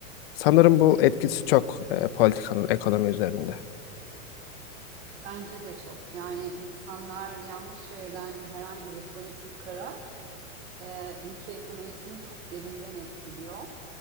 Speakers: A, on the left; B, on the right.
A: Sanırım bu etkisi çok e, politikanın ekonomi üzerinde.
B: Bence de çok. Yani insanlar yanlış verilen herhangi bir politik karar e, ülke ekonomisini çok derinden etkiliyor.